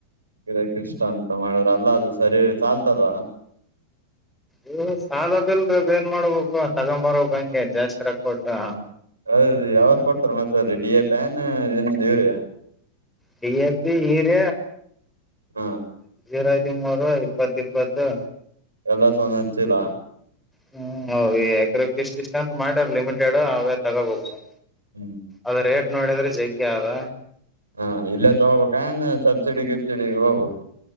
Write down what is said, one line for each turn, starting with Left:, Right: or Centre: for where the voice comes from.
Right: ಯಾಕ್ಕೆ ಇಷ್ಟ ಅಂತ ಮಾಡುದ್ರ ಅಲ್ಲ ಅದು ಸರಿ ಚಾಲ್ತದವಾ
Centre: ಇ ಸಾಲದಲ್ದ ಏನ್ ಮಾಡ್ಬೇಕು ತಗೊಂಬರೋಕ್ ಹಂಗೆ ಜಾಸ್ತಿ ರಾಕ್ ಕೊಟ್ಟು
Right: ಹೌದು ಯಾವ್ದ್ ಕೊಡ್ತಾರ ಮಸಾಲ ಡಿ ಎ ಪ್ಯಾನ್ ಇನ್ನ ಇವ್ರಿಗೆ
Centre: ಡಿ ಎ ಪಿ ಹೀರ
Right: ಹಾ
Centre: ಎರಐದಿಮೂರು ಐ ಇಪ್ಪತ್ತು ಇಪ್ಪತ್ತು
Right: ಎಲ್ಲ ಸನ ಹಂಚಿಲ್ಲ
Centre: ಹ್ಮ್ ಹ ಯಕ್ರಪ ಇಷ್ಟ ಇಷ್ಟ ಅಂತ ಮಾಡ್ಯಾರ ಲಿಮಿಟೆಡ್ ಅವೇ ತಗೋ ಹೋಗುದು
Right: ಹ್ಮ್
Centre: ಅದ ರೇಟ್ ನೋಡಿದ್ರೆ ಜಗ್ಗೆ ಯ
Right: ಹಾ ಇಲ್ಲ ತಗೋಬೇಕ ಸಬ್ಸಿಡಿ ಗಿಬ್ಸಿಡಿ ಹೋಗ್ಬೇಕು